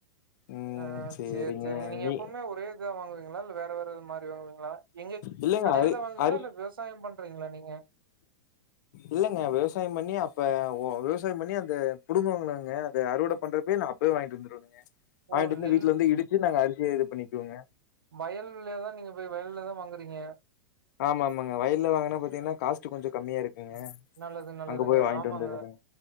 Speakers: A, on the left; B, on the right.
A: ம்
B: ஆ சேரி சேரிங்க நீங்க
A: நீ
B: எப்போமே ஒரே இதுதா வாங்குவீங்களா இல்ல வேற வேறது மாரி வாங்குவீங்ளா எங்க
A: இல்லங்க
B: கடைல
A: அரி
B: தா வாங்குவீங்ளா
A: அரி
B: இல்ல விவசாயம் பண் றீங்களா நீங்க
A: இல்லங்க விவசாயம் பண்ணி அப்ப விவசாயம் பண்ணி அந்த புடுங்குவாங்களங்க அத அறுவட பண்றப்பே நா போய் வாங்ட்டு வந்துருவங்க வாங்ட்டு
B: ஓ
A: வந்து
B: நெல்
A: வீட்ல வந்து இடிச்சு நாங்க அரிசியா இது பண்ணிக்வோங்க
B: வயல்லதா நீங்க போய் வயல்ல தா வாங்கறீங்க
A: ஆமா ஆமாங்க வயல்ல வாங்கனா பாத்தீங்கனா காஸ்ட் கொஞ்ச கம்மியா இருக்குங்க
B: நல்லது நல்லதுங்க
A: அங்க போய் வாங்கிட்டு
B: ஆமாங்க
A: வந்துர்றதுங்க.